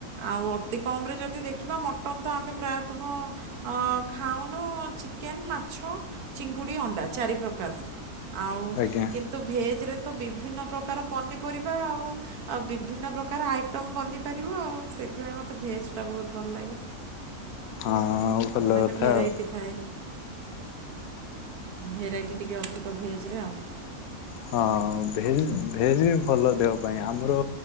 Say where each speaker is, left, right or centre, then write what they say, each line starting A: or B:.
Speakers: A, on the right; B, on the left.
A: ଆଉ ଅତି କମରେ ଯଦି ଦେଖିବା ମଟନ୍ ତ ଆମେ ପ୍ରାୟତଃ ଅ ଖାଉନୁ ଚିକେନ ମାଛ ଚିଙ୍ଗୁଡି ଅଣ୍ଟ ଚାରି ପ୍ରକାର ଆଉ
B: ଆଜ୍ଞା
A: କି ତ ଭେଜରେ ତ ବିଭିନ୍ନ ପ୍ରକାର ପନିପରିବା ଆଉ ଆଉ ବିଭିନ୍ନ ପ୍ରକାର ଆଇଟମ୍ ବନିପାରିବ ଆଉ ସେଇଥିପାଇଁ ମୋତେ ଭେଜ୍ ଟା ବହୁତ ଭଲ ଲାଗେ।
B: ହଁ ଭଲ
A: ମାନେ
B: କଥା
A: ଭେରାଇଟି
B: ଆଉ।
A: ଥାଏ। ଭେରାଇଟି ଟିକେ ଅଧିକ ଭେଜରେ ଆଉ।
B: ହଁ ଭେଜ୍ ଭେଜ୍ ବି ଭଲ ଦେହ ପାଇଁ ଆମର